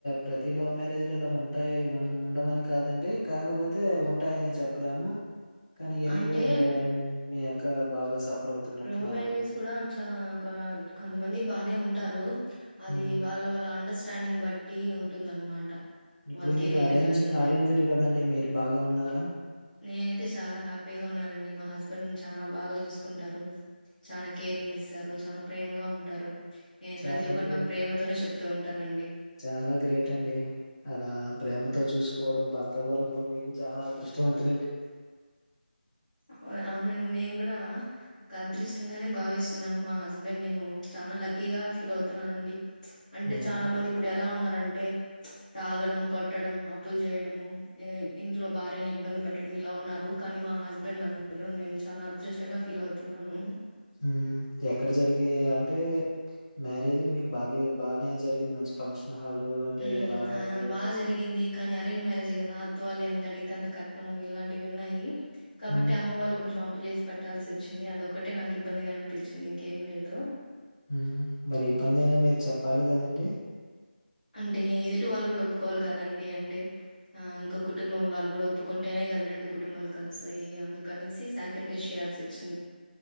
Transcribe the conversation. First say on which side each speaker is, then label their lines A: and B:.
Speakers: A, on the left; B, on the left.
A: ప్రతి లవ్ మ్యారేజ్ లో ఇలా ఉంట ఉంటాయీ ఉండమని కాదండి కాకపోతే ఉంటాయని చెప్పలేము కానీ ఎనీవే
B: అంటే
A: మీ అక్క బాగా సఫర్ అవుతున్నట్టున్నారు.
B: లవ్ మ్యారేజెస్ కూడా చ కొంతమంది బానే ఉంట ఉంటారు అది
A: హ్మ్.
B: వాళ్ళ వాల్ల అండర్స్ స్టాండింగ్ బట్టి ఉంటుందనమాట
A: ఇప్పుడు
B: వాళ్ళ
A: మీరు
B: కెరియర్
A: అరేంజ్
B: గానీ ఏదైనా.
A: అరేంజడ్ కదండి మీరు బాగా ఉన్నారా
B: నేనైతే చాలా హ్యాపీగా ఉన్నానండి మా హస్బెండ్ చానా బాగా చూసుకుంటారు చానా కేరింగ్ ఇస్తారు చానా ప్రేమగా ఉంటారు నేను
A: చాలా
B: ప్రతి ఒక్కటి
A: గ్రేట్
B: నాకు ప్రేమతోనే చెప్తూ ఉంటారండి.
A: చాలా గ్రేట్ అండి అలా ప్రేమతో చూసుకు కోవడం భర్త దొరకడం మీకు చాలా అదృష్టవంతులాండీ
B: అవున అవునండి నేను కూడా ఒక అదృష్టంగానే భావిస్తున్నాను మా హస్బెండ్ నేను చానా లక్కీగా ఫీల్ అవుతున్నానండి అంటే
A: ఓకే.
B: చానా మంది ఇప్పుడు ఎలా ఉన్నారుం అంటే తాగడం కొట్టడం అప్పులు చేయడము ఇంట్లో భార్యలను ఇబ్బంది పెట్టడం ఇలా ఉన్నారు కనిమా హస్బెండ్ నాకు దొరకడం నేను చానా అదృష్టంగా ఫీల్ అవుతున్నాను
A: హ ఎక్కడ జరిగా అంటే అంటే మ్యారేజ్ మీకు బాగా బాగానే జరిగింది మంచి ఫంక్షన్ హాలు అంటే
B: ఉ
A: ఎలా
B: ఆ
A: అది
B: బాగా
A: ఎలా?
B: జరిగింది కానీ అరేంజ్ మ్యారేజ్ కదా అత్త వాళ్ళు ఎంత అడిగితే అంత కట్నము ఇలాంటివి ఉన్నాయి కాబట్టి
A: హ్మ్.
B: అమ్మ వాళ్ళ కొంచెం అ అప్పు చేసి పట్టాల్సి వచ్చింది అదోక్కటే నాకు ఇబ్బందిగా అనిపించింది ఇంకేం లేదు
A: ఉమ్ మరి ఇబ్బంది అయినా మీరు చెప్ ప్పాలి కదండి
B: అంటే ఇది ట్లో వాళ్ళు కూడా ఒప్పుకోవాలి కదండి అంటే ఇంకో కుటుంబం వాళ్ళు కూడా ఒప్పుకుంటేనే కదా రెండు కుటుంబాలు కలుస్తాయి అందుకనేసి సాక్రిఫైస్ చేయాల్సి వచ్చింది